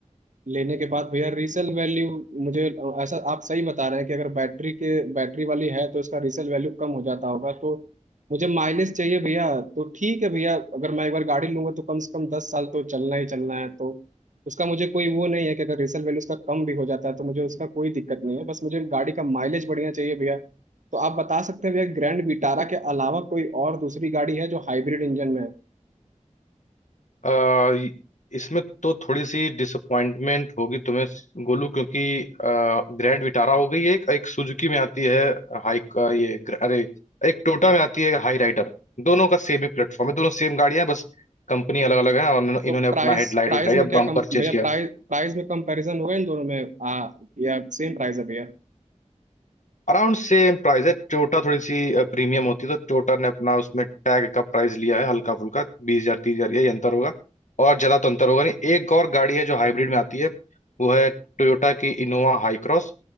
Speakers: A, on the right (about 80°); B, on the left (about 75°).
A: लेने के बाद भैया रीसेल वैल्यू मुझे ऐसा आप सही बता रहे हैं कि अगर बैटरी के बैटरी वाली है तो इसका रीसेल वैल्यू कम हो जाता होगा तो मुझे माइलेज चाहिए भैया तो ठीक है भैया अगर मैं एक बार गाड़ी लूंगा तो कम से कम दस साल तो चलना ही चलना है तो उसका मुझे कोई वो नहीं है कि अगर रीसेल वैल्यू उसका कम भी हो जाता है तो मुझे उसका कोई दिक्कत नहीं है बस मुझे गाड़ी का माइलेज बढ़िया चाहिए भैया तो आप बता सकते हैं भैया ग्रैंड विटारा के अलावा कोई और दूसरी गाड़ी है जो हाइब्रिड इंजन में है
B: आ, य- इसमें तो थोड़ी सी डिसअपॉइंटमेंट होगी तुम्हें गोलू क्योंकि आ, ग्रैंड विटारा हो गई है एक, एक सुजुकी में आती है हाई आ, ये ग्र- अरे एक टोयोटा में आती है हाई राइडर दोनों का सेम ही प्लेटफॉर्म है दोनों सेम गाड़ियां हैं, बस कंपनी अलग अलग है और इन्होंने
A: तो
B: इन्होंने अपना
A: प्राइस
B: हेडलाइट
A: प्राइस
B: वेडलाइट
A: में
B: या
A: क्या
B: बम्पर
A: कम
B: चेंज
A: भैया
B: किया
A: प्राइस प्राइस में कंपैरिजन होगा इन दोनों में आ, या सेम प्राइस है भैया
B: अराउंड सेम प्राइस है टोयोटा थोड़ी सी प्रीमियम होती है तो टोयोटा ने अपना उसमें टैग का प्राइस लिया है हल्का फुल्का बीस हजार तीस हजार यही अंतर होगा और ज्यादा तो अंतर होगा नहीं एक और गाड़ी है जो हाइब्रिड में आती है वो है टोयोटा की इनोवा हाई क्रॉस